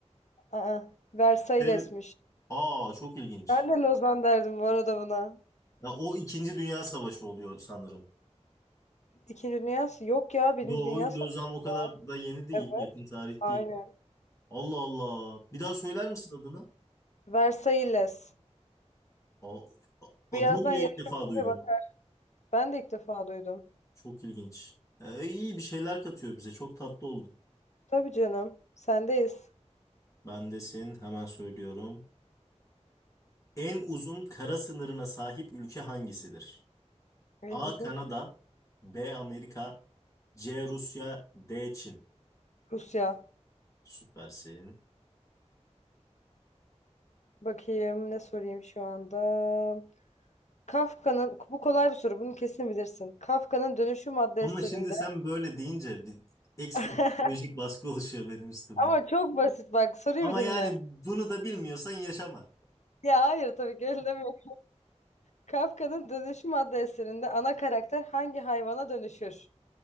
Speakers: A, on the left (about 75°); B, on the left (about 25°).
A: Aa, Versailles'miş.
B: Dev Aa çok ilginç.
A: Ben de Lozan derdim bu arada buna.
B: Ya o İkinci Dünya Savaşı oluyor sanırım.
A: İkinci Dünya Savaşı- yok ya Birinci
B: Yo,
A: Dünya Savaşı.
B: Lozan o kadar da yeni değil,
A: Evet
B: yakın tarih
A: aynen.
B: değil. Allah Allah. Bir daha söyler misin adını?
A: Versailles.
B: Aa, adını
A: Birazdan
B: bile
A: yarışma
B: ilk defa
A: bitince
B: duydum.
A: bakar. Ben de ilk defa duydum.
B: Çok ilginç. Ee, iyi bir şeyler katıyor bize. Çok tatlı oldu.
A: Tabii canım. Sendeyiz.
B: Bendesin. Hemen söylüyorum. En uzun kara sınırına sahip ülke hangisidir?
A: En
B: A.
A: uzun
B: Kanada
A: kı-
B: B. Amerika C. Rusya D. Çin.
A: Rusya.
B: Süpersin.
A: Bakayım ne sorayım şu anda. Kafka'nın bu kolay bir soru. Bunu kesin bilirsin. Kafka'nın Dönüşüm adlı
B: Ama
A: eserinde.
B: şimdi sen böyle deyince bir ekstra
A: <laughs>
B: psikolojik baskı oluşuyor benim üstümde.
A: Ama çok basit bak soruyu
B: Ama
A: bir dinle.
B: yani bunu da bilmiyorsan yaşama.
A: Ya hayır tabii ki öyle demiyorum. Kafka'nın Dönüşüm adlı eserinde ana karakter hangi hayvana dönüşür?